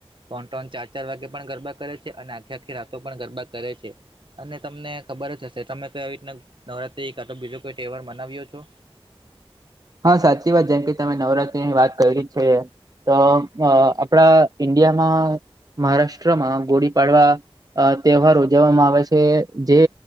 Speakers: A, on the right; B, on the right.
A: ત્રણ ત્રણ ચાર ચાર વાગે પણ ગરબા કરે છે અને આખે આખી રાતો પણ ગરબા કરે છે અને તમને ખબર જ હશે તમે કોઈ આવી રીતના નવરાત્રી બીજો કોઈ તહેવાર મનાવ્યો છો
B: હા સાચી વાત જેમ કે તમે નવરાત્રીની વાત કરેલી છે તો અ આપણા ઈન્ડિયામાં મહારાષ્ટ્રમાં ગુડી પાડવા અ તહેવાર ઉજવવામાં આવે છે જે